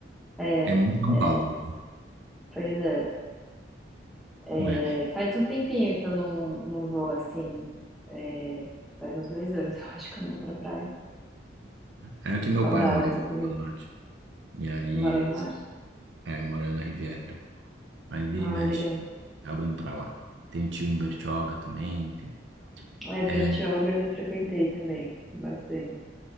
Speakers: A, in the centre; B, on the right.
A: É,
B: é
A: é,
B: muito São
A: é,
B: Paulo,
A: pois é, É,
B: não é?
A: Faz um tempinho que eu não, não vou assim. é, faz uns dois anos, <laughs> eu acho que eu não vou pra praia.
B: É, é que meu
A: Saudades,
B: pai mora
A: inclusive.
B: no norte. E aí,
A: Eu moro no
B: eu-
A: norte.
B: aí mora na Riviera. Aí vira
A: Ah,
B: e mexe,
A: legal.
B: acabo indo pra lá. Tem um tio em Bertioga também, enfim.
A: É, Bertioga
B: É,
A: eu já frequentei também, bastante.